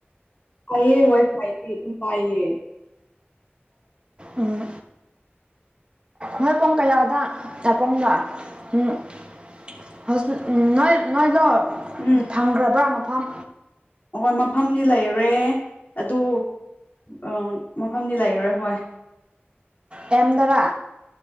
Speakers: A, on the left; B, on the right.
A: ꯐꯩꯌꯦ ꯋꯥꯏ ꯐꯥꯏꯗꯤ ꯑꯗꯨꯝ ꯄꯥꯏꯌꯦ
B: ꯎꯝ ꯅꯣꯏ ꯄꯨꯡ ꯀꯌꯥꯗ ꯑꯦꯄꯨꯡꯅꫭ <unintelligible> ꯍꯧꯖꯤꯛ ꯅꯣꯏ ꯅꯣꯏꯗꯣ
A: ꯎꯝ
B: ꯐꯪꯈ꯭ꯔꯕ꯭ꯔ ꯃꯐꯝ
A: ꯍꯣꯏ ꯃꯐꯝꯗꯤ ꯂꯩꯔꯦ ꯑꯗꯨ ꯑ ꯃꯐꯝꯗꯤ ꯂꯩꯔꫭꯏ ꯍꯣꯏ
B: ꯑꯦꯝ ꯗꯔ